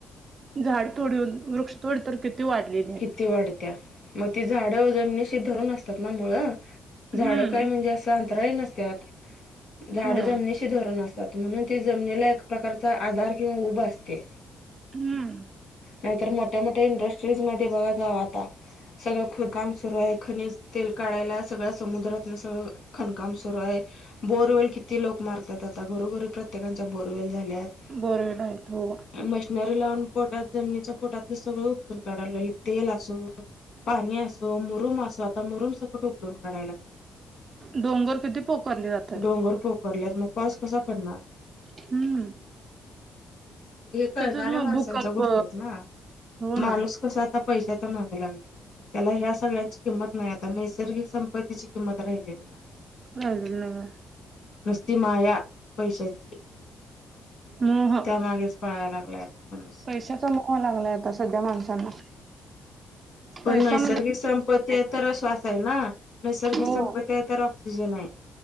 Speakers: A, on the right; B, on the left.
A: झाड तोडून, वृक्षतोड तर किती? वाढलेली आहे.
B: किती वाढत्या? मग ती झाडं जमनीशी धरून असतात ना मुळ.
A: हम्म
B: झाड काय म्हणजे असं अंतराळी नसत्यात? झाड
A: हो
B: जमनिशी धोरणं असतांत म्हणूंन जमनीला एक प्रकारचा आंधार किंवा उभं असते
A: हम्म
B: नाहीं तरं मोठ्यां मोठ्यां इंडस्ट्रीज मध्यें बघां जावं आंता सगळं ख कामं व्हयं खनिज तेल काढायंला सगळ्यां समुद्रातून सगळं खाणकाम सुरूं आहे बोरवेल किती लोकं मारतात आंता घरोघरी प्रत्येकांच्या बोरवेल झाल्यांत
A: बोरवेडयतो
B: मशिनरी लावूंन पोटांत जमिनीच्या पोटांतले सगळं उपसूंन काढायं लागले तेल अंसू पाणी असो मुरूम असो आंता मुरूम संकट उखडून काढायलां लागलं
A: डोंगर किती पोकारले जातात
B: डोंगर पोकरल्यांत वरं मंग पाऊस कसां पडणांर
A: हम्मं
B: मग हे कळणाऱ्या
A: त्याचंच मुळं
B: माणसांच्या
A: मंग भूकंप
B: गोष्टी आहेत ना
A: हो ना
B: माणूस कसां आंता पैशांचा मागे लागलेला आहे त्यांला ह्यां सगळ्यांची किंमत नाहीं आंता नैसर्गिक संपत्तीची किंमत राहिली नाहीं आंता
A: हं नाहीं कां
B: नुस्ति माया पैशांची
A: मोह
B: त्यांमागेच पळालं लागलाय आंता माणूस
A: पैशांचा मोह लागलांय आंता संध्या माणसांना
B: पणं
A: पैसा
B: नैसर्गिक
A: म्हणजे
B: संपत्ती आहे तरं श्वास आहे नां नैसर्गिक
A: हो
B: संपत्ती आहे तरं ऑक्सिजन आहे